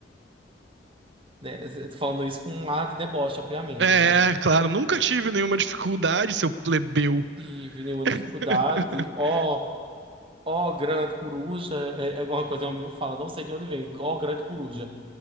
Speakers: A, on the right (about 30°); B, on the right (about 70°).
A: né? Eu tô falando isso com um ar de deboche, obviamente,
B: É,
A: né? Não
B: claro, nunca tive nenhuma dificuldade, seu plebeu.
A: tive nenhuma dificuldade.
B: <laughs>
A: Ó, Ó, grande coruja, é, é uma coisa que um amigo fala, não sei de onde vem, ó, grande coruja.